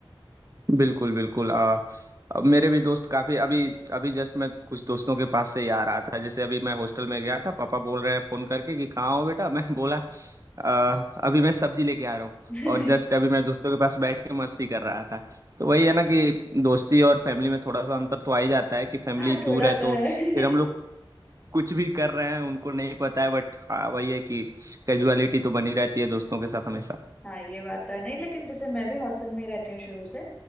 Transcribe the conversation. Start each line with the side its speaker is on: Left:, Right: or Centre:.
Right: बिल्कुल बिल्कुल आ, अब मेरे भी दोस्त काफी अभी
Left: हम्म।
Right: अभी जस्ट मैं कुछ दोस्तों के पास से ही आ रहा था जैसे अभी मैं हॉस्टल में गया था पापा बोल रहे हैं फोन करके कि कहाँ हो बेटा <laughs> मैं बोला आ, अभी मैं सब्जी लेके आ रहा हूँ
Left: <laughs>
Right: और जस्ट अभी मैं दोस्तों के पास बैठ के मस्ती कर रहा था तो वही है ना कि दोस्ती और फैमिली में थोड़ा सा अंतर तो आ ही जाता है कि फैमिली
Left: हाँ थोड़ा
Right: दूर है
Left: तो
Right: तो
Left: है
Right: फिर
Left: <laughs>
Right: हम लोग कुछ भी कर रहे हैं उनको नहीं पता है बट हाँ वही है कि कैजुअलिटी तो बनी रहती है दोस्तों के साथ हमेशा
Left: हाँ ये बात तो है नहीं लेकिन जैसे मैं भी हॉस्टल में ही रहती हूँ शुरू से